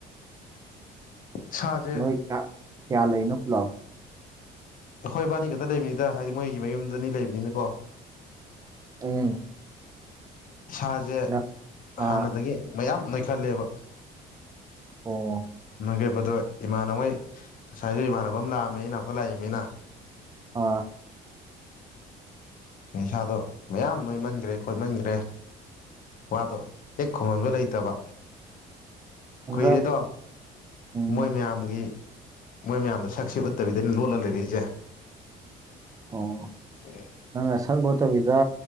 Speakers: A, on the left (about 55°); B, on the right (about 20°).
A: ꯏꯁꯥꯁꯦ
B: ꯅꯣꯏꯌꯥ ꯀꯌꯥ ꯂꯩꯅꯣ ꯄꯨꯂꯥꯎ
A: ꯑꯩꯣꯏꯕꯥꯅꯤ ꯈꯛꯇ ꯂꯩꯕꯅꯤꯗ ꯍꯥꯏꯗꯤ ꯃꯣꯏꯒꯤ ꯃꯌꯨꯝꯗꯅꯤ ꯂꯩꯕꯅꯤꯅꯀꯣ
B: ꯎꯝ
A: ꯏꯁꯥꯁꯦ
B: ꯅꯪ ꯑꯥ
A: ꯍꯥꯟꯅꯗꯒꯤ ꯃꯌꯥꯝ ꯅꯣꯏꯈꯜꯂꯦꯕ
B: ꯑꯣ
A: ꯃꯥ ꯀꯦ ꯗꯣ ꯏꯃꯥꯟꯉꯩ ꯉꯁꯥꯏꯁꯨ ꯏꯃꯥꯟꯅꯕ ꯑꯃ ꯂꯥꯛꯑꯝꯃꯦ ꯑꯩ ꯏꯅꯥꯛꯇ ꯂꯥꯛꯏꯅꯤꯅ
B: ꯑꯥ
A: ꯏꯁꯅꯤꯥꯗꯣ ꯃꯌꯥꯝ ꯅꯣꯏꯃꯟꯈ꯭ꯔꯦ ꯈꯣꯠꯃꯟꯈ꯭ꯔꯦ ꯋꯥꯗꯣ ꯍꯦꯛ ꯈꯃꯟꯕ ꯂꯩꯇꯕ
B: ꯍꯟꯗꯛ
A: ꯀꯨꯏꯔꯦꯗꯣ
B: ꯎꯝ
A: ꯃꯣꯏ ꯃꯌꯥꯝꯒꯤ ꯃꯣꯏ ꯃꯌꯥꯝꯗꯣ ꯁꯛꯁꯦ ꯎꯠꯇꯕꯤꯗꯅꯤ ꯂꯣꯜꯂ ꯂꯩꯔꯛꯏꯁꯦ
B: ꯑꯣ
A: ꯎꯝ
B: ꯅꯪꯅ ꯁꯛ ꯂꯣꯠꯇꯕꯤꯗ